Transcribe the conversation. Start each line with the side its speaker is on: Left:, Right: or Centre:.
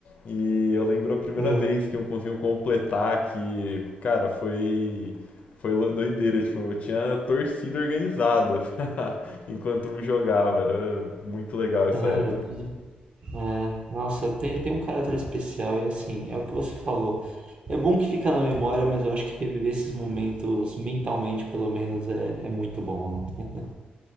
Left: E eu lembro a primeira
Right: aham,
Left: vez que eu consegui completar, que, cara, foi foi lo- doideira, tipo, eu tinha torcida organizada <laughs> pra- enquanto um jogava, era muito legal essa
Right: aham,
Left: época.
Right: É, nossa, tem, tem um caráter especial e assim, é o que você falou. É bom que fica na memória, mas eu acho que reviver esses momentos mentalmente, pelo menos, é, é muito bom, né?